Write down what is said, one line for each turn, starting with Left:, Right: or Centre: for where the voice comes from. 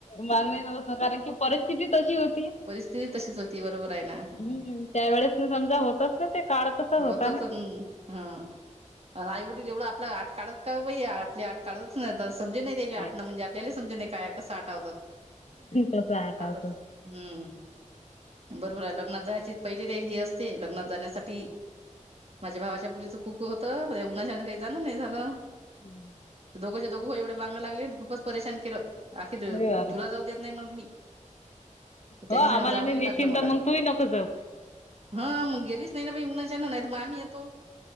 Left: माझा नाही भरोसा कारण की परिस्थिती तशी होती
Right: परिस्थिती तशीच होती बरोबर आहे ना
Left: हम्म त्यावेेळेस ना समजा होतच ना ते काढतस होत
Right: हा आईवडील एवढं आपल आट काढत का बाई <inaudible> काढतच नाही समजे नाहीले
Left: नाही
Right: आठणं म्हणजे आपल्याला समजे नाही काय साठवत
Left: कसं
Right: आता
Left: असं
Right: हम्म बरोबर आहे. लग्नात जायची पहिली तयारी ही असते लग्नात जाण्यासाठी. माझ्या भावाच्या कुक होत. पण ह्या उन्हाच्यान काही जाण नाही झाल.
Left: हम्म
Right: दोघोचे दोघ हो एवढे माग लागले. खूपच परेशान केल. आखिर
Left: अरे वा
Right: तुला जाऊ देत नाही म्हणत मी. त्यांच्याच्यान
Left: हो आम्हाला
Right: जाव नाही
Left: नेशीन
Right: लागल मला.
Left: तर मग तूही नको जाऊ.
Right: हा मग गेलीच नाही ना बाई उन्हाच्यान, नाही तर मग आम्ही येतो.